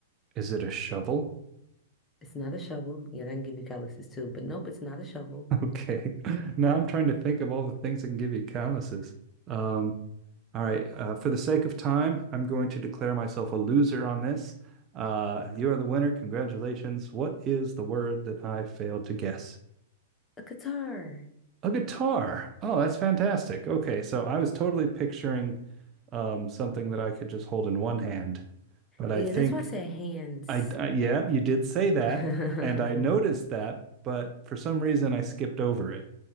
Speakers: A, on the right (about 30°); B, on the left (about 15°).
A: is it a shovel? <laughs>
B: It's not a shovel. Yeah, that can give you calluses too. But nope, it's not a shovel.
A: Okay. Now I'm trying to think of all the things that can give you calluses. Um, all right. Uh, for the sake of time, I'm going to declare myself a loser on this. Uh, you are the winner. Congratulations. What is the word that I failed to guess?
B: A guitar.
A: A guitar. Oh, that's fantastic. Okay. So I was totally picturing um, something that I could just hold in one hand. But I
B: Yeah,
A: think
B: that's why I said hands.
A: I, I yeah, you did say that,
B: <laughs>
A: and I noticed that, but for some reason I skipped over it.